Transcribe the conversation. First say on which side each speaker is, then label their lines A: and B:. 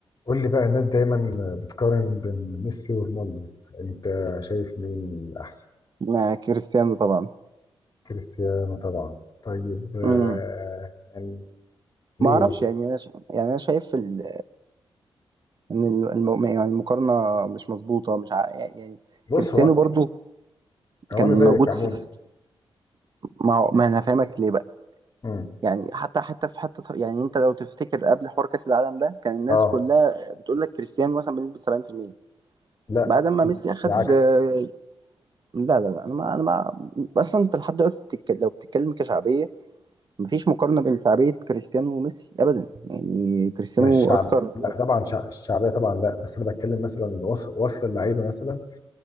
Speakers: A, on the left (about 40°); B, on the right (about 45°).
A: قول لي بقى الناس دايما بتقارن بين ميسي ورونالدو انت شايف مين احسن
B: مع كريستيانو طبعا
A: كريستيانو طبعا طيب آه
B: امم
A: يعني ليه
B: ما اعرفش
A: بقى؟
B: يعني انا ش... يعني انا شايف ال... ان ال- الم... يعني المقارنه مش مظبوطه مش ع... يعني
A: بص
B: كريستيانو
A: هو
B: برضو
A: هو
B: كان
A: انا زيك
B: موجود
A: عموما
B: في في- ما هو- ما انا فاهمك ليه بقى
A: مم.
B: يعني حتى حتى في حته يعني انت لو تفتكر قبل حوار كاس العالم ده كان الناس
A: اه
B: كلها بتقول لك كريستيانو مثلا بنسبه 70%
A: لا
B: بعد ما
A: لا
B: ميسي اخد
A: العكس
B: آه، لا لا لا انا ما انا ما اصلا انت لحد دلوقتي بتتك... لو بتتكلم كشعبيه مفيش مقارنه بين شعبيه كريستيانو وميسي ابدا يعني كريستيانو
A: مش شعب
B: اكتر
A: لا طبعا شع... الشعبيه طبعا لا بس انا بتكلم مثلا وصل وصل اللعيبه مثلا ما